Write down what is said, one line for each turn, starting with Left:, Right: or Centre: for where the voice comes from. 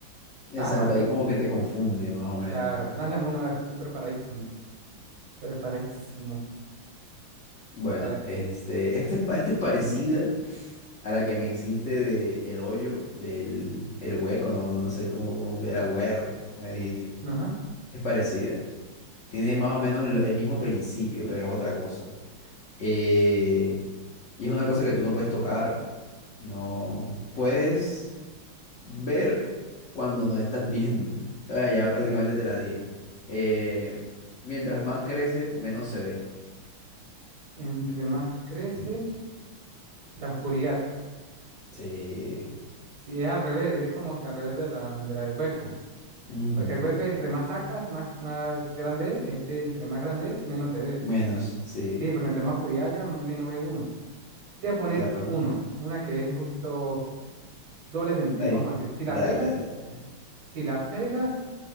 Left: Exacto,
Right: Está fácil.
Left: ahí como que te confunde más o menos.
Right: Claro, lánzame una, a ver, estoy preparadísimo. Preparadísimo.
Left: Bueno,
Right: A ver,
Left: este, este, es pa- esta es parecida. A la que me hiciste de el hoyo, del el hueco, no, no, no sé cómo, cómo fue, el agujero que tú me dijiste.
Right: ajá.
Left: Es parecida. Tiene más o menos lo- el mismo principio, pero es otra cosa. Eh, y es una cosa que tú no puedes tocar, no puedes ver cuando no estás viendo. <laughs> Ah, ya prácticamente te la dije. Eh, mientras más creces, menos se ve.
Right: Entre más crece. La oscuridad.
Left: Sí.
Right: Si es al revés, es como que al revés de la, de la del hueco.
Left: Ujú.
Right: Porque el hueco entre más sacas, más, más grande es. Este entre más grande es, menos se ve.
Left: Menos, sí.
Right: Sí, porque entre más oscuridad haya, menos ve uno. Te voy a poner
Left: <laughs> Claro.
Right: uno, una que es un poquito doble sentido.
Left: Ahí.
Right: Vamos a decir, si la
Left: Dale,
Right: pegas,
Left: dale.
Right: si la pegas,